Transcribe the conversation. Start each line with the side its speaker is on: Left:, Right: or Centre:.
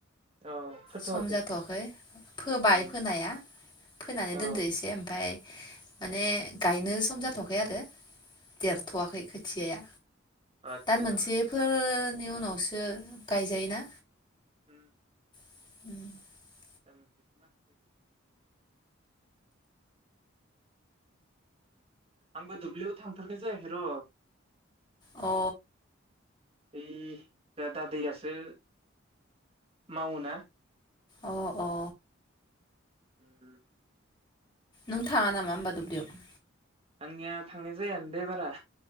Right: औ फोथ'वाखै
Left: सम जाथ'वाखै फोबाय
Right: उम
Left: फोनाया फोनानै
Right: औ
Left: दोनदो एसे ओमफ्राय माने गायनो सम जाथ'खै आरो देरथ'वाखै खोथियाया
Right: आतसा
Left: दान मोनसेफोर नि उनावसो गायजायोना
Right: होम
Left: <inaudible>
Right: <unintelligible> आंबो दुब्लियाव थांथारनाय जायाखै र'
Left: अ
Right: ओम दा दादैयासो मावोना
Left: अ औ
Right: ओम
Left: नों थाङाआ नामा होमबा दुबलियाव?
Right: आंनिया थांनाय जायानो दैे बारा